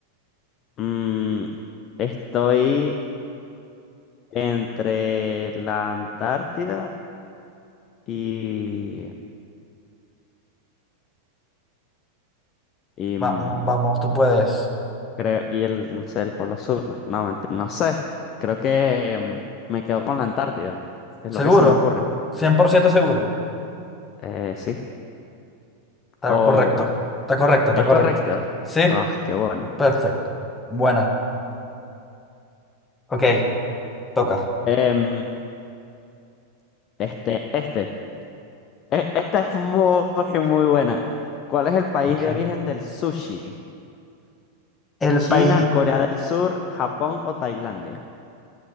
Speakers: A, on the left; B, on the left.
A: Mm, estoy entre la Antártida y, y,
B: vamos,
A: mm,
B: vamos, tú puedes.
A: creo, y el, no sé, el Polo Sur. No, No, ment- no sé. Creo que mm, me quedo con la Antártida. Es
B: ¿Seguro?
A: lo que se me ocurre.
B: Cien por ciento seguro?
A: Eh, sí.
B: Está
A: O
B: correcto. Está correcto, está
A: Es
B: correcto.
A: correcto.
B: ¿Sí?
A: Ah, qué bueno.
B: Perfecto. Buena. Ok, toca.
A: Em, este, este. E- Esta es muy, muy buena. ¿Cuál es el país
B: Ok.
A: de origen del sushi?
B: El
A: ¿China,
B: país...
A: Corea del Sur, Japón o Tailandia?